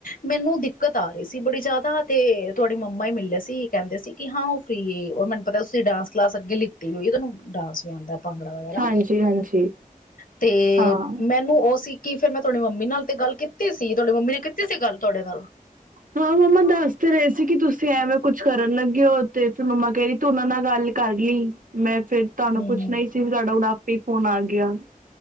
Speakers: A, on the left (about 75°); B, on the right (about 70°).
A: ਮੈਨੂੰ ਦਿੱਕਤ ਆ ਰਹੀ ਸੀ ਬੜੀ ਜ਼ਿਆਦਾ ਤੇ ਤੁਹਾਡੀ ਮੰਮਾ ਹੀ ਮਿਲੇ ਸੀ ਕਹਿੰਦੇ ਸੀ ਕਿ ਹਾਂ ਉਹ ਫਰੀ ਰ ਮੈਨੂੰ ਪਤਾ ਤੁਸੀਂ ਡਾਂਸ ਕਲਾਸ ਅੱਗੇ ਲਿੱਤੀ ਹੋਈ ਤੁਹਨੂੰ। ਡਾਂਸ ਵੀ ਆਉਂਦਾ ਏ। ਭੰਗੜਾ ਵਗੈਰਾ
B: ਹਾਂਜੀ-ਹਾਂਜੀ,
A: ਤੇ
B: ਹਾਂ।
A: ਮੈਨੂੰ ਉਹ ਸੀ। ਫੇਰ ਮੈਂ ਤੁਹਾਡੀ ਮੰਮੀ ਨਾਲ ਤੇ ਗੱਲ ਕੀਤੀ ਸੀ ਤੁਹਾਡੀ ਮੰਮੀ ਨੇ ਕੀਤੀ ਸੀ ਗੱਲ। ਤੁਹਾਡੇ ਨਾਲ।
B: ਹਾਂ ਮੰਮਾ ਦੱਸ ਤੇ ਰਹੇ ਸੀ ਕਿ ਤੁਸੀਂ ਐਵੇਂ ਕੁੱਛ ਕਰਨ ਲੱਗੇ ਹੋ ਤੇ ਤੇ ਮੰਮਾ ਕਹਿਰੀ ਤੂੰ ਉਹਨਾਂ ਨਾਲ ਗੱਲ ਕਰ ਲਈ ਮੈਂ ਫੇਰ ਤੁਹਾਨੂੰ
A: ਹਮ
B: ਪੁੱਛਣਾ ਹੀ ਸੀ ਫੇਰ ਸਾਡਾ ਹੁਣ ਫੋਨ ਆ ਗਿਆ